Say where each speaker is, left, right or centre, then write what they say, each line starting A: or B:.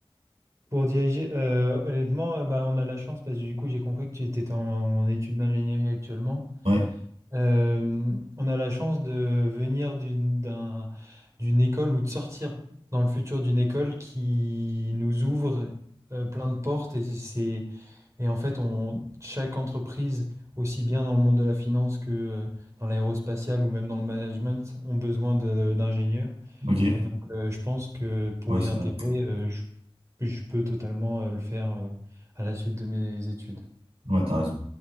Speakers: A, on the right; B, on the right.
A: Pour diriger, euh, honnêtement, euh, bah, on a la chance parce que du coup, j'ai compris que tu étais en, en études d'ingénierie actuellement.
B: Ouais,
A: Euh, on a la chance de venir d'une d'un- d'une école ou de sortir dans le futur d'une école qui nous ouvre euh, plein de portes et c'est et en fait on chaque entreprise aussi bien dans le monde de la finance que euh, dans l'aérospatiale ou même dans le management ont besoin de- d'ingénieurs
B: ok.
A: et donc euh, je pense que pour
B: Ouais,
A: y
B: c'est
A: intégrer
B: vrai.
A: euh, je, je peux totalement euh, le faire euh, à la suite de mes études.
B: Ouais, t'as raison.